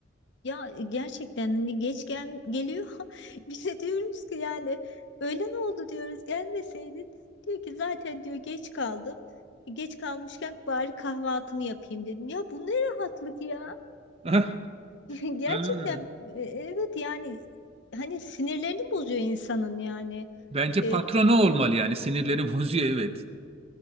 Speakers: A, on the left (about 65°); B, on the right (about 30°).
A: Ya e, gerçekten hani geç gel geliyor. <laughs> Bize diyoruz ki yani öğlen oldu diyoruz gelmeseydin. Diyor ki zaten diyor geç kaldım. E, Geç kalmışken bari kahvaltımı yapayım dedim. Ya bu ne rahatlık ya.
B: <laughs> Ah,
A: <laughs> Gerçekten
B: ah.
A: e, evet yani hani sinirlerini bozuyor insanın yani.
B: Bence
A: E,
B: patronu olmalı yani sinirleri <laughs> bozuyor evet.